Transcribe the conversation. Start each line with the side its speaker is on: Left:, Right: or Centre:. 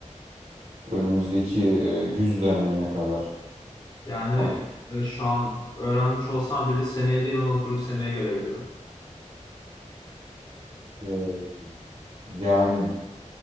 Right: Önümüzdeki e, güz dönemine kadar.
Left: Yani
Right: Am-
Left: e, şu an öğrenmiş olsam bile seneye değil ondan sonraki seneye gelebiliyorum.
Right: e, yani